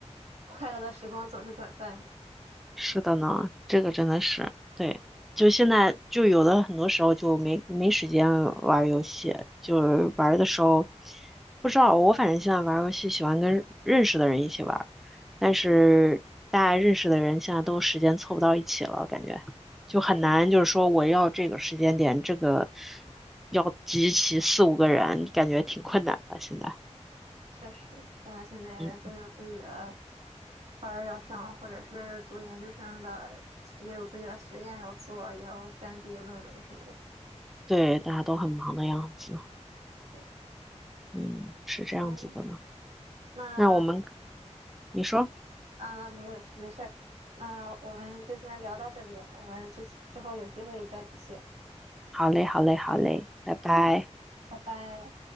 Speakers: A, on the right (about 65°); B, in the centre.
A: 快乐的时光总是短暂的。
B: 是的呢，这个真的是，对，就现在就有的很多时候就没没时间玩儿游戏，就是玩儿的时候不知道，我反正现在玩儿游戏喜欢跟认识的人一起玩儿但是大家认识的人现在都时间凑不到一起了，感觉就很难，
A: 对，
B: 就是说我要这个时间点，这个要集齐四五个人，感觉挺困难的现在。
A: 确实，大家现在都有自己的
B: 嗯，
A: 班儿要上，或者是读研究生的，也有自己的实验要做，也要干毕业论文什么的。
B: 对，大家都很忙的样子，
A: 对，
B: 嗯，是这样子的呢。
A: 嗯，那
B: 那我们，你说，
A: 啊，没有，没事儿，那我们就先聊到这里，我们之前之后有机会再继续，
B: 好嘞，好嘞，好嘞，拜拜。
A: 拜拜。